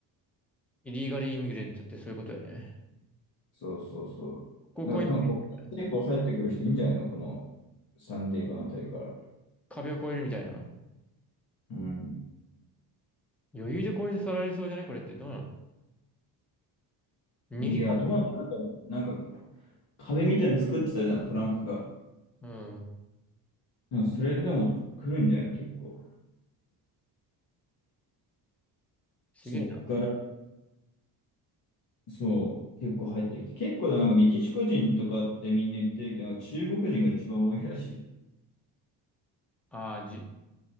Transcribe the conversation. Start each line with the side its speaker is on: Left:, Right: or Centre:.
Centre: イリーガルイミグレントってそういうことよね。
Left: そうそうそ
Centre: ここ越え、
Left: う。だから多分ここ、結構入ってくる人いいんじゃないのこのサンディエゴあたりから。
Centre: 壁を越えるみたいな。
Left: うん。
Centre: 余裕で越えて去られそうじゃないこれってどうなの逃げ込み
Left: いや、どうなんだろうなんか、壁みたいに作ってたじゃん、トランプが。
Centre: うん。
Left: でもそれでも来るんじゃないの結構。
Centre: すげえな。
Left: そっから、そう、結構入ってきて。結構でもなんかメキシコ人とかってみんな言ってるけど、なんか中国人が一番多いらしい。
Centre: ああ、じ、